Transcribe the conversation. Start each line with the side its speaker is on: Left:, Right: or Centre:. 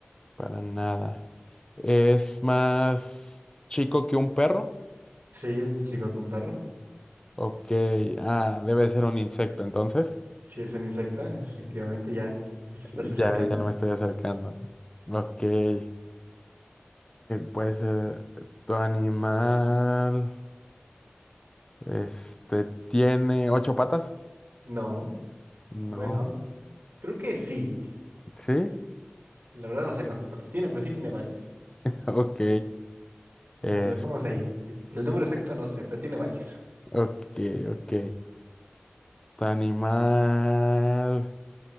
Left: para nada. ¿Es más chico que un perro?
Right: Sí, es un chico con perro.
Left: Ok, ah, debe ser un insecto entonces.
Right: Sí, es un insecto, efectivamente, ya te se estás
Left: Ya,
Right: acercando.
Left: ya me estoy acercando. Ok. eh, puede ser, ¿tu animal, este, tiene ocho patas?
Right: No, bueno,
Left: No.
Right: creo que sí.
Left: ¿Sí?
Right: La verdad no sé cuántas patas tiene, pero sí tiene varias.
Left: <laughs> Ok.
Right: Nos
Left: Es,
Right: Lo dejamos ahí. El número exacto no sé, pero tiene varias.
Left: ok, ok. ¿Tu animal